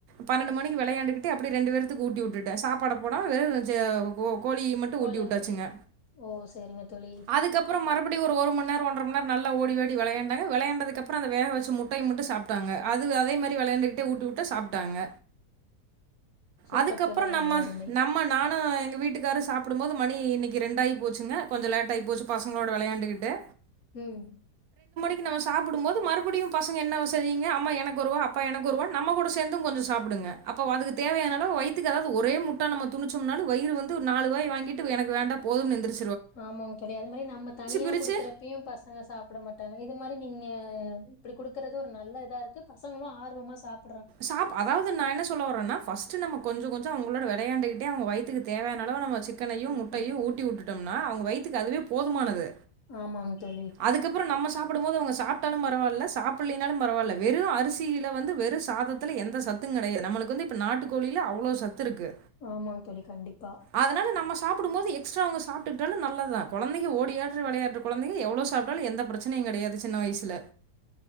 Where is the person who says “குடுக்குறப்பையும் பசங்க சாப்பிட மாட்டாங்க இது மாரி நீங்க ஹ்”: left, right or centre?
Left